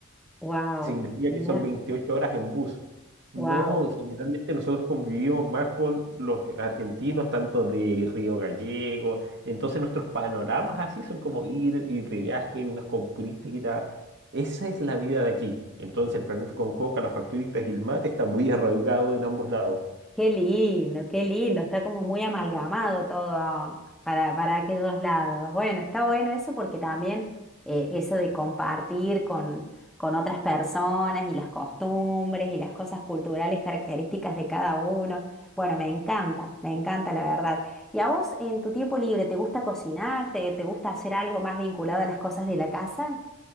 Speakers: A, in the centre; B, on the right.
A: wow,
B: significa
A: mira,
B: que son 28 horas en bus. No,
A: wow.
B: generalmente nosotros convivimos más con los argentinos, tanto de Río Gallego, entonces nuestros panoramas así son como ir, ir de viaje, unas compritas, ir a... Esa es la vida de aquí. Entonces el fernet con coca, las facturitas y el mate están muy arraigados en ambos lados.
A: Qué lindo, qué lindo, está como muy amalgamado todo para, para aquellos lados. Bueno, está bueno eso porque también eh, eso de compartir con, con otras personas y las costumbres y las cosas culturales características de cada uno. Bueno, me encanta, me encanta la verdad. ¿Y a vos en tu tiempo libre te gusta cocinar? ¿Te, te gusta hacer algo más vinculado a las cosas de la casa?